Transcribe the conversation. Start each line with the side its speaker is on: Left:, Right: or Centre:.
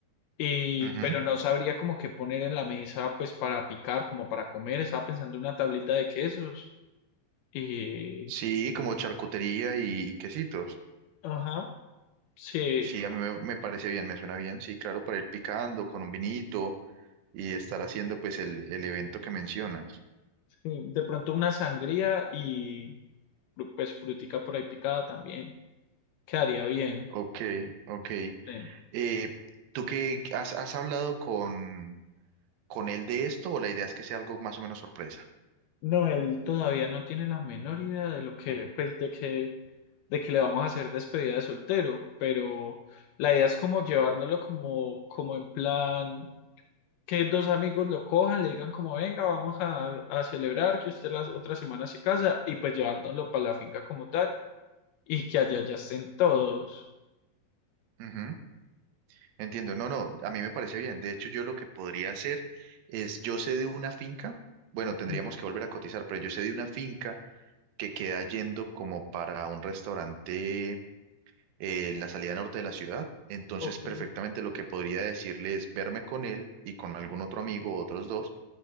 Left: Y,
Right: Ujú.
Left: pero no sabría como qué poner en la mesa, pues para picar, como para comer. Estaba pensando en una tablita de quesos y,
Right: Sí, como charcutería y quesitos.
Left: ajá, sí,
Right: Sí, a mí me, me parece bien, me suena bien. Sí, claro, para ir picando con un vinito y estar haciendo pues el, el evento que mencionas.
Left: sí, de pronto una sangría y fru- pues frutica por ahí picada también, quedaría bien.
Right: Ok, ok.
Left: sí.
Right: Eh, ¿tú qué has, has hablado con, con él de esto o la idea es que sea algo más o menos sorpresa?
Left: No, él todavía no tiene la menor idea de lo que, pues, de que, de que le vamos a hacer despedida de soltero, pero la idea es como llevárnoslo como, como en plan, que dos amigos lo cojan, le digan como, venga, vamos a, a celebrar que usted la otra semana se casa, y pues llevárnoslo para la finca como tal, y que allá ya estén todos.
Right: Ujú. Entiendo, no, no, a mí me parece bien. De hecho, yo lo que podría hacer es, yo sé de una finca, bueno, tendríamos
Left: Mm,
Right: que volver a cotizar, pero yo sé de una finca que queda yendo como para un restaurante eh, en la salida norte de la ciudad. Entonces,
Left: Ok,
Right: perfectamente lo que podría decirle es verme con él y con algún otro amigo, otros dos,